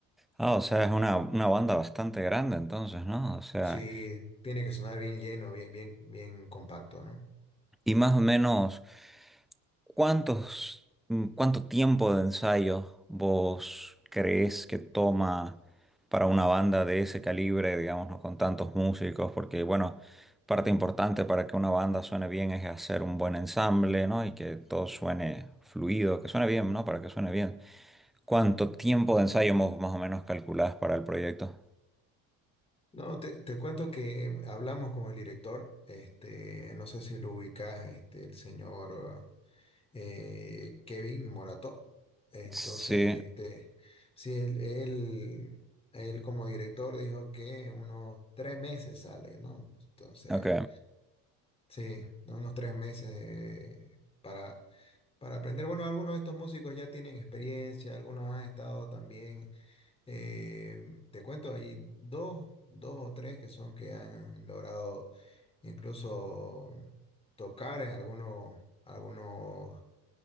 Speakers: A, in the centre; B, on the left.
A: Ah, o sea, es una, una banda bastante grande entonces, ¿no? O sea,
B: Sí, tiene que sonar bien lleno, bien, bien, bien compacto, ¿no?
A: y más o menos ¿Cuántos, mm, cuánto tiempo de ensayo vos crees que toma para una banda de ese calibre, digamos, ¿no? con tantos músicos? Porque, bueno, parte importante para que una banda suene bien es hacer un buen ensamble, ¿no? Y que todo suene fluido, que suene bien, ¿no? Para que suene bien. ¿Cuánto tiempo de ensayo mo- más o menos calculás para el proyecto?
B: No, te, te cuento que hablamos con el director, este, no sé si lo ubicas, este, el señor eh, Kevin Morató. Entonces,
A: Sí,
B: este, sí, él, él, él como director dijo que unos tres meses sale, ¿no? Entonces,
A: ok.
B: sí, unos tres meses eh, para para aprender. Bueno, algunos de estos músicos ya tienen experiencia, algunos han estado también Eh, te cuento, hay dos, dos o tres que son que han logrado incluso tocar en algunos, algunos